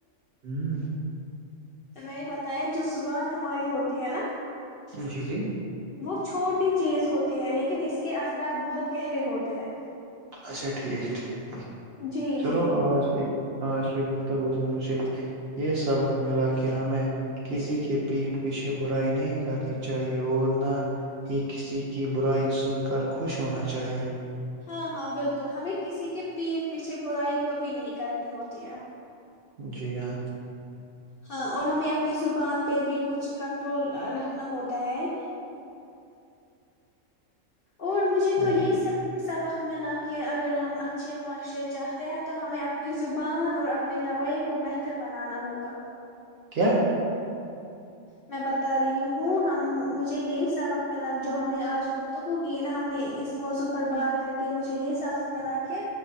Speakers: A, on the right; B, on the left.
A: ہوں
B: میں نے بتایا جو صبح ہماری ہوتی ہے نا
A: جی جی
B: وہ چھوٹی چیز ہوتی ہے لیکن اس کے اثرات بہت گہرے ہوتے ہیں
A: اچھا ٹھیک ٹیک
B: جی
A: چلو
B: جی
A: آج کی ہاں ش گفتگو سے مجھے یہ سبق ملا کہ ہمیں کسی کے پیٹھ پیچھے برائی نہیں کرنی چاہیے اور نہ ہی کسی کی برائی سن کر خوش ہونا چاہیے
B: ہاں ہاں بالکل ہمیں کسی کے پیٹ پیچھے برائی کبھی نہیں کرنی ہوتی ہے
A: جی ہاں
B: ہاں اور ہمیں اپنی زبان پہ بھی کچھ کنٹرول رکھنا ہوتا ہے اور مجھے
A: ہاں
B: تو یہ سب سبق ملا کہ اگر ہم اچھے معاشرے چاہتے ہیں تو ہمیں اپنی زبان اور اپنے رویے کو بہتر بنانا ہوگا
A: کیا
B: میں بتا رہی ہوں ہم مجھے یہی سبق ملا جو ہم نے آج گفتگو کی نا ہم نے اس موضوع پر بات کر کے مجھے یہ سبق ملا کہ